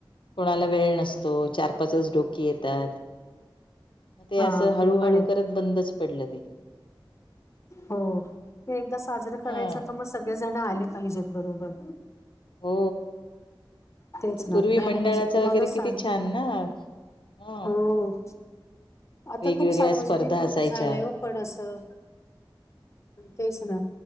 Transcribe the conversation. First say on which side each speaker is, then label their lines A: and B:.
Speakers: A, on the left; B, on the left.
A: कोणाला वेळ नसतो. चार पाचच डोकी येतात. मग ते
B: हा
A: असं हळूहळू
B: ते पण आहे
A: करत बंदच पडलं ते.
B: हो ते एकदा साजरां करायचा
A: हा
B: तर मग सगळे जण आले पाहिजेत बरोबर.
A: हो
B: तेच
A: त
B: ना
A: पूर्वी
B: मगच
A: मंडळाचं
B: मगच
A: वगैरे
B: सांग
A: किती छान ना, ह
B: हो आता
A: वेगवेगळ्या
B: खूप सार्वजनिक
A: स्पर्धा
B: रूप
A: असायच्या
B: झालंय हो. पण असं तेच ना,